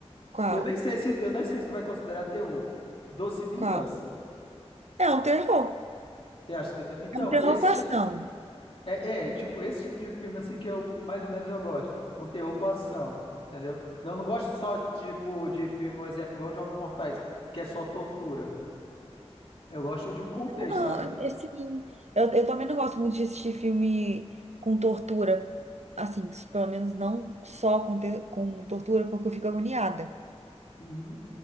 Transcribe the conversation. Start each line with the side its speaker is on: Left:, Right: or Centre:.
Right: qual?
Left: Eu nem sei se eu nem sei se tu vai considerar terror. Doce Vingança.
Right: Qual? É um terror.
Left: Você acha que é terror? Então,
Right: É um terror
Left: esse
Right: com ação.
Left: tipo É, é, tipo, esse tipo de filme, assim, que eu, mais ou menos, eu gosto. Um terror com ação, entendeu? Não, não gosto só, tipo, de filme, um exemplo, igual Jogos Mortais, que é só tortura. Eu gosto de um contexto,
Right: Não,
Left: sabe?
Right: é assim, eu, eu também não gosto muito de assistir filme com tortura, assim, pelo menos não só com, te- com tortura, porque eu fico agoniada.
Left: Uhum,